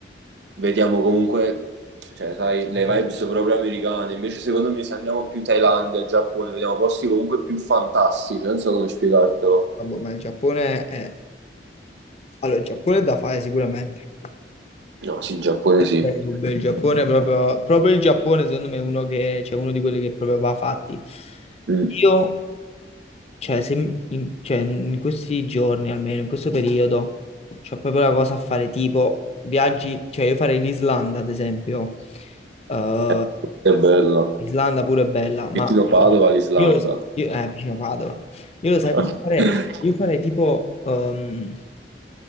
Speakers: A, on the right; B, on the left.
A: vediamo comunque, cioè, sai, le
B: Ah,
A: vibes
B: boh.
A: proprio americane. Invece, secondo me, se andiamo più in Thailandia, Giappone, vediamo posti comunque più fantastici, non so come spiegartelo.
B: Ah, boh, ma il Giappone è... Allora, il Giappone è da fare sicuramente.
A: No, sì, Giappone sì.
B: Beh, Cuba, Il Giappone è proprio, proprio il Giappone, secondo me, è uno che, cioè, uno di quelli che proprio va fatti.
A: Mm.
B: Io, cioè, se- in, cioè, in questi giorni, almeno in questo periodo, c'ho proprio la cosa a fare tipo viaggi, cioè io farei l'Islanda, ad esempio. Eh,
A: Eh, È bello.
B: Islanda pure è bella, ma
A: Vicino Padova, l'Islanda.
B: io, lo so- io eh, vicino Padova. Io lo
A: <laughs>
B: sai cosa farei? Io farei tipo, ehm,